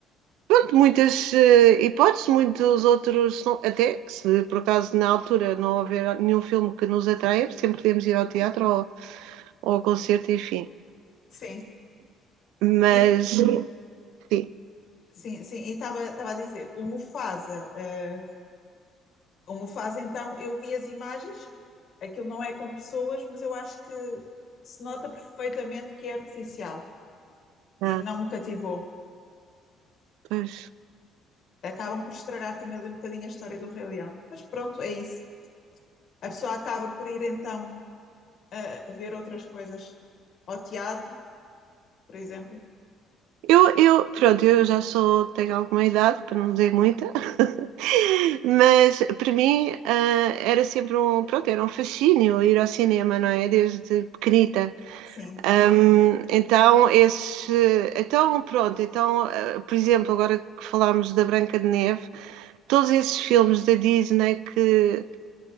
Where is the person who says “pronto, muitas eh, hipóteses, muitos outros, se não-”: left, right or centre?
Right